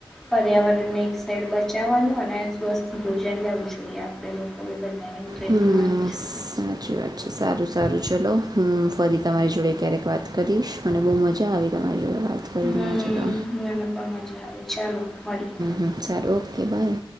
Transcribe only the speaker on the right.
હમ
સાચી વાત છે સારું સારું ચલો હું ફરી તમારી જોડે ક્યારેક વાત કરીશ મને બહુ મજા આવી તમારી જોડે વાત કરીને
આજે તો
હમ સારું ઓકે બાય